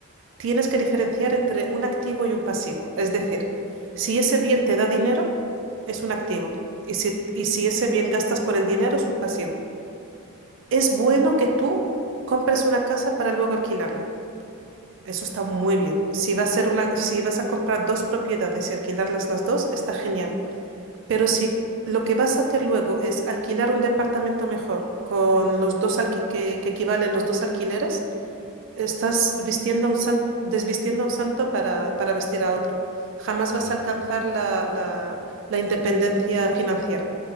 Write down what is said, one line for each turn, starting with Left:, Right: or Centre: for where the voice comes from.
Right: tienes que diferenciar entre un activo y un pasivo. Es decir, si ese bien te da dinero, es un activo. Y si, y si ese bien gastas por el dinero, es un pasivo. Es bueno que tú compres una casa para luego alquilarla. Eso está muy bien. Si va a ser una, si vas a comprar dos propiedades y alquilarlas las dos, está genial. Pero si lo que vas a hacer luego es alquilar un departamento mejor con los dos alqui- que, que equivalen los dos alquileres, estás vistiendo un san- desvistiendo a un santo para, para vestir a otro. Jamás
Left: claro,
Right: vas a alcanzar
Left: sí, sí.
Right: la, la- la independencia financiera,